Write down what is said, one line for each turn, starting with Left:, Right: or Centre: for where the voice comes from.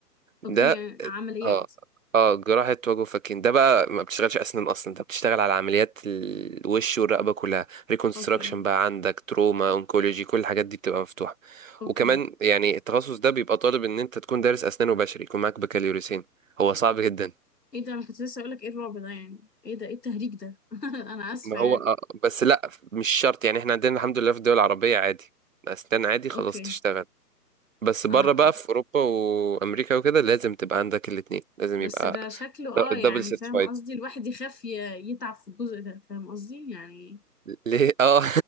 Left: اوكي
Right: ده
Left: يعني عمليات
Right: اه اه جراحة وجه وفكين ده بقى ما بتشتغلش أسنان أصلا أنت بتشتغل على عمليات الوش والرقبة كلها ريكونستراكشن
Left: اوكي
Right: بقى عندك تروما أونكولوجي كل الحاجات دي بتبقى مفتوحة
Left: اوكي
Right: وكمان يعني التخصص ده بيبقى طالب إن أنت تكون دارس أسنان وبشري يكون معاك بكالوريوسين هو صعب جدا
Left: ايه ده انا كنت لسه اقولك ايه الرعب ده يعني ايه ده ايه التهريج ده <laughs> انا اسفة
Right: ما
Left: يعني
Right: هو آه بس لأ مش شرط يعني إحنا عندنا الحمد لله في الدول العربية عادي أسنان عادي خلاص
Left: اوكي
Right: تشتغل بس بره
Left: اه
Right: بقى
Left: آه.
Right: في أوروبا وأمريكا وكده لازم تبقى عندك الاتنين لازم
Left: بس
Right: يبقى
Left: ده شكله اه
Right: دبل
Left: يعني
Right: سيرتيفايد
Left: فاهم قصدي الواحد يخاف ي- يتعب في الجزء ده فاهم قصدي يعني
Right: ليه اه